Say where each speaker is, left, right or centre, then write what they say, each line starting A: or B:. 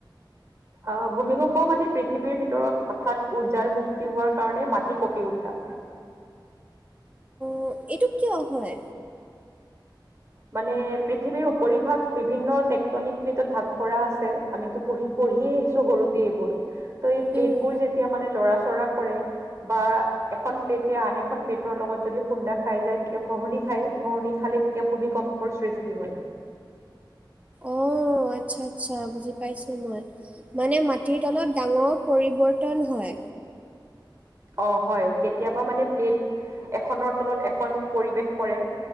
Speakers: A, on the right (about 35°); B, on the right (about 15°).
A: আহ ভূমিকম্প মানে পৃথিৱীৰ ভিতৰত হঠাৎ উৰ্জাৰ মুক্তি হোৱাৰ কাৰণে মাটি কঁপি উঠা
B: অ এইটো কিয় হয়
A: মানে পৃথিৱীৰ উপৰিভাগ বিভিন্ন টেক্টনিক ক্লটত ভাগ কৰা আছে আমিতো পঢ়ি পঢ়িয়ে আহিছো সৰুতেই এইবোৰ ত এই প্লেট
B: উম,
A: বোৰ যেতিয়া মানে লৰা চৰা কৰে বা এখন প্লেটে আন এখন প্লেটৰ লগত যদি খুন্দা খাই যায় তেতিয়া ঘহনি খায় ঘহনি খালে এতিয়া ভূমিকম্পৰ সৃষ্টি হয়।
B: অ আচ্ছা আচ্ছা বুজি পাইছো মই মানে মাটিৰ তলত ডাঙৰ পৰিৱৰ্তন হয়।
A: অ হয় কেতিয়াবা মানে প্লেট এখনৰ তলত এখন পৰিৱেশ কৰে